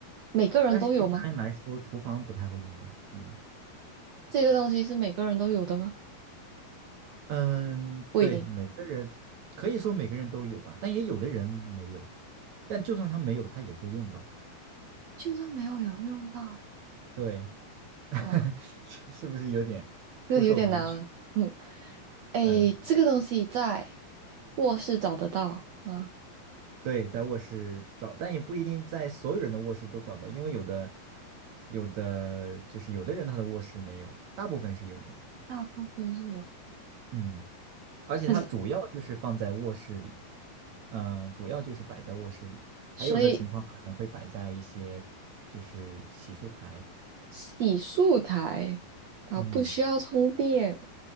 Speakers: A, on the right; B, on the right.
A: 每个人都有吗？
B: 但是一般来说厨房不太会用到，嗯
A: 这个东西是每个人都有的吗？
B: 嗯，
A: 不一定。
B: 对，每个人可以说每个人都有吧，但也有的人没有，但就算他没有，他也会用到，
A: 就算没有有用到，
B: 对。<laughs>
A: 哇，
B: 是不是有点扑朔迷离？
A: 有有点难了。嗯，诶，
B: 嗯，
A: 这个东西在卧室找得到吗？
B: 对，在卧室找，但也不一定在所有人的卧室都找到，因为有的有的就是有的人他的卧室没有，大部分是有的。
A: 大部分是有。
B: 嗯，而且它主要就是放在卧室里，
A: 可是，
B: 嗯，主要就是摆在卧室里，
A: 所以
B: 还有的情况可能会摆在一些就是洗漱台。
A: 洗漱台，然后不需要充电。
B: 嗯，